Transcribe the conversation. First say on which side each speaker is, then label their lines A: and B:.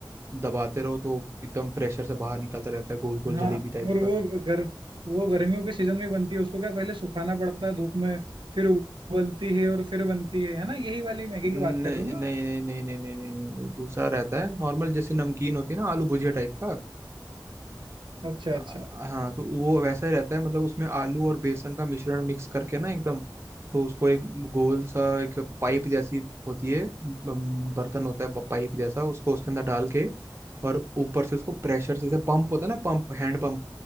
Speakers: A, on the right; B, on the right.
A: दबाते रहो तो एकदम प्रेशर से बाहर निकलता रहता है गोल गोल
B: हाँ
A: जलेबी टाइप
B: और
A: का
B: वो गर वो गर्मियों के सीजन में बनती है उसको क्या पहले सुखाना पड़ता है धूप में फिर उबलती है और फिर बनती है है ना यही वाली मैगी
A: नहीं
B: की बात कर रहे हो ना
A: नहीं
B: आप?
A: नहीं नहीं नहीं नहीं नहीं नहीं नहीं दूसरा रहता है नॉर्मल जैसे नमकीन होती है ना आलू भुजिया टाइप का
B: अच्छा
A: आ-
B: अच्छा
A: हाँ तो वो वैसा ही रहता है मतलब उसमें आलू और बेसन का मिश्रण मिक्स करके ना एकदम तो उसको एक गोल सा एक पाइप जैसी होती है बम- बर्तन होता है ब- पाइप जैसा उसको उसके अंदर डाल के और ऊपर से उसको प्रेशर से जैसे पंप होता है ना पंप हैंड पंप